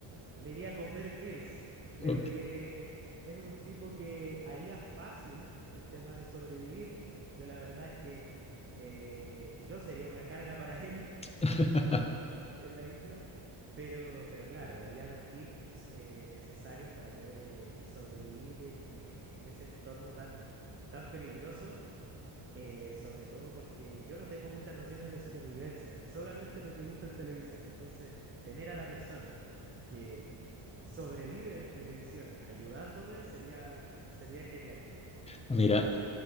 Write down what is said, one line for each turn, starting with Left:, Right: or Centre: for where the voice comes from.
Right: Me iría con Bear Grylls. Creo
Left: ok.
Right: que es un tipo que haría fácil el tema de sobrevivir. Yo la verdad es que eh, yo sería una carga para él
Left: <laughs>
Right: <laughs> en la isla, pero, pero claro, daría los tips eh, necesarios para poder eh, sobrevivir en, en- en ese entorno tan, tan peligroso, eh, sobre todo porque yo no tengo muchas nociones de supervivencia, solamente lo que he visto en televisión. Entonces, tener a la persona que sobrevive en televisión ayudándome sería, sería genial.
Left: Mira,
Right: ¿Y tú?